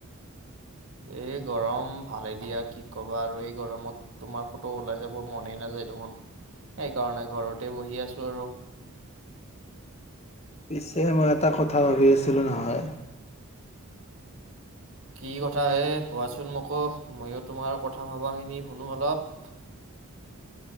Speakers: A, on the right; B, on the left.
A: এই গৰম ভালে দিয়া। কি ক'বা আৰু এই গৰমত তোমাৰ ক'তো ওলাই যাব মনেই নাযায় দেখোন, সেইকাৰণে ঘৰতে বহি আছোঁ আৰু।
B: পিছে, মই এটা কথা ভাবি আছিলোঁ নহয়।
A: কি কথা হে? কোৱাচোন মোকো, মইও তোমাৰ কথা-ভবাখিনি শুনো অলপ।